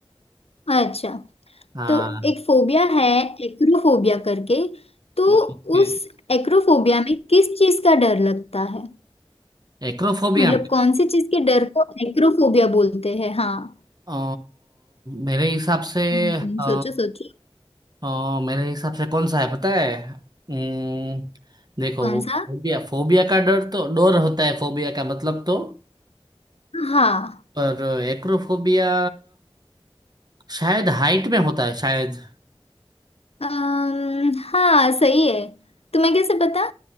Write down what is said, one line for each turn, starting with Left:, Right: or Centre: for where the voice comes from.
Left: अच्छा
Right: हाँ
Left: तो एक फोबिया है एक्रोफोबिया करके तो
Right: ओके
Left: उस एक्रोफोबिया में किस चीज का डर लगता है
Right: एक्रोफोबिया
Left: मतलब
Right: में
Left: कौन सी चीज के डर को एक्रोफोबिया बोलते हैं हाँ
Right: अ, मेरे हिसाब से
Left: हम्म
Right: अ,
Left: सोचो सोचो
Right: अ, मेरे हिसाब से कौन सा है पता है अम्म, देखो
Left: कौन सा
Right: फोबिया फोबिया का डर तो डर होता है फोबिया का मतलब तो
Left: हाँ
Right: पर एक्रोफोबिया शायद हाइट में होता है शायद
Left: अम्म हाँ सही है तुम्हें कैसे पता